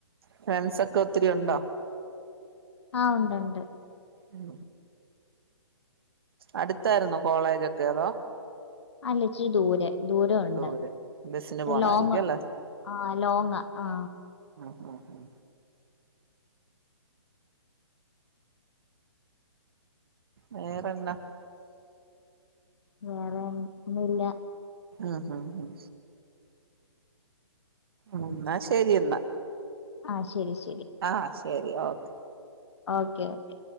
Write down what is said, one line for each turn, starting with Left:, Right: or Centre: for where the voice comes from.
Right: ഫ്രണ്ട്സ ഒക്കെ ഒത്തിരി ഉണ്ടോ
Left: ആ ഉണ്ട് ഉണ്ട്
Right: ഉം അടുത്തായിരുന്നൊ കോളേജൊക്കെ അതോ
Left: അല്ലച്ചി ദൂരെ ദൂര ഒണ്ട്
Right: ദൂരെ ബസിന്
Left: ചി
Right: പോണായിരിക്കും
Left: ലോങ്
Right: അല്ലേ
Left: ആ ലോങ് ആ
Right: മ് മ് മ് വേറെന്ന
Left: വേറെ ഒന്നുംല്ല
Right: ആ ഹാ ഉം മ് ന്നാ ശരി എന്ന
Left: ആ ശരി ശരി
Right: ആ ശരി ഓക്കെ
Left: ഓക്കെ ഓക്കെ